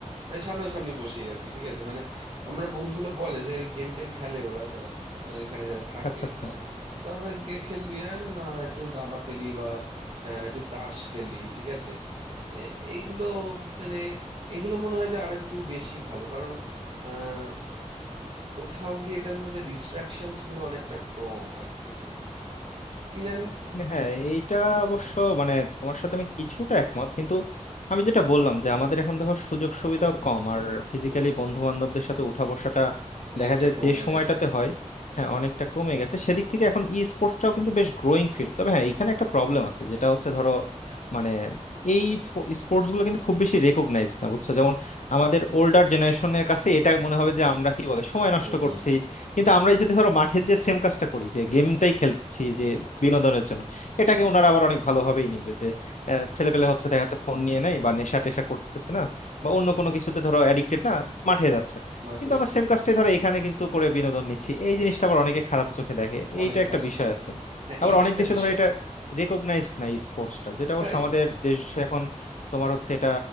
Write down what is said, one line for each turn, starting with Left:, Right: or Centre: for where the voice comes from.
Right: মানে সামনাসামনি বসেই আর কি ঠিক আছে মানে আমরা বন্ধুগুলো বলে যে গেম টেম খেলে ওরা যারা আহ, এখানে যারা থাকে
Left: আচ্ছা আচ্ছা
Right: তারা তারপরে গে- খেলবি আর না একটু দাবা খেলি বা আহ, একটু তাস খেলি ঠিক আছে এ- এইগুলো মানে এগুলো মনে হয় যে আর একটু বেশি ভালো কারণ আহ কোথাও গিয়ে এটার মধ্যে ডিস্ট্রাকশনস গুলো অনেকটা কম আর কি কি জানি
Left: হ্যাঁ এইটা অবশ্য মানে তোমার সাথে আমি কিছুটা একমত কিন্তু আমি যেটা বললাম যে আমাদের এখন দেখো সুযোগ সুবিধাও কম আর ফিজিক্যালি
Right: হুম,
Left: বন্ধু বান্ধবদের সাথে উঠা বসাটা
Right: অনেকটা
Left: দেখা যায়
Right: কমে
Left: যে সময়টাতে
Right: গেছে
Left: হয় হ্যাঁ অনেকটা কমে গেছে সেদিক থেকে এখন ই স্পোর্টসটাও কিন্তু বেশ গ্রোয়িং ফিল্ড তবে হ্যাঁ এখানে একটা প্রবলেম আছে যেটা হচ্ছে ধরো মানে এই স্পোর্টস গুলো কিন্তু খুব বেশি রেকগনাইজ না বুঝছো যেমন আমাদের ওল্ডার জেনারেশনের কাছে এটা মনে হবে যে আমরা কি বলে সময় নষ্ট
Right: হুম
Left: করছি কিন্তু আমরাই যদি ধরো মাঠে যে সেম কাজটা করি যে গেমটাই খেলছি যে বিনোদনের জন্য এটাকে ওনারা আবার অনেক ভালোভাবেই নিবে যে আহ, ছেলেপেলে হচ্ছে দেখা যাচ্ছে ফোন নিয়ে নেয় বা নেশা টেশা করতেছে না বা অন্য কোনো কিছুতে ধরো অ্যাডিক্টেড না মাঠে যাচ্ছে
Right: মাঠে
Left: কিন্তু
Right: যাচ্ছে
Left: আমরা সেম কাজটাই ধরো এখানে কিন্তু করে বিনোদন নিচ্ছি এই জিনিসটা আবার অনেকে খারাপ চোখে দেখে এইটা
Right: অনেকে
Left: একটা
Right: খারাপ
Left: বিষয়
Right: চোখে
Left: আছে
Right: দেখে হ্যাঁ
Left: আবার
Right: এইটা
Left: অনেক
Right: একটা
Left: দেশে
Right: বিষয়
Left: ধরো এটা রেকগনাইজড না স্পোর্টসটা যেটা অবশ্য
Right: তাই
Left: আমাদের দেশ এখন তোমার হচ্ছে এটা